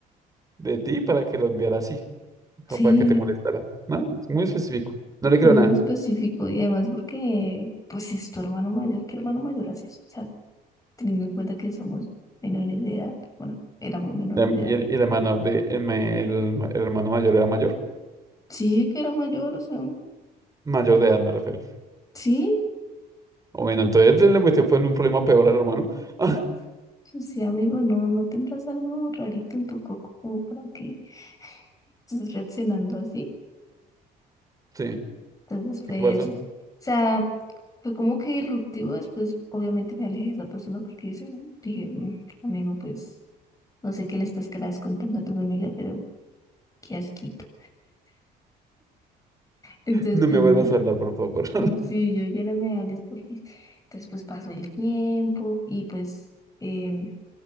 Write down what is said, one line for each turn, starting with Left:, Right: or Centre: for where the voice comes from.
Right: de ti para que lo enviara así, como
Left: sí,
Right: para que te molestara. No, es muy específico. No le creo
Left: muy
Right: nada.
Left: específico. Y además porque, pues si es tu hermano mayor, ¿qué hermano mayor haces? O sea, teniendo en cuenta que somos menores de edad, bueno, éramos menores
Right: Y el,
Left: de
Right: y
Left: edad.
Right: el- y el hermano de, el, ma- el- el hermano mayor era mayor.
Left: Sí, que era mayor, o sea,
Right: Mayor de edad me refiero.
Left: sí.
Right: O bueno, entonces le metió fue en un problema peor al hermano. <laughs>
Left: Sí, amigo, no, no tendrás algo rarito en tu coco como para que estés reaccionando así.
Right: sí.
Left: Entonces fue
Right: ¿Y ¿Qué pasó?
Left: eso. O sea, fue como que disruptivo. Después, obviamente, me alejé de esa persona porque dice, dije, "Mm, amigo, pues no sé qué le estás querás contando a tu familia, pero qué asquito. Entonces,
Right: No
Left: pues
Right: me vuelvas
Left: nada.
Right: a hablar, por favor. <laughs>
Left: Mm, Sí, yo ya no me hables porque Entonces, pues pasó el tiempo y pues em,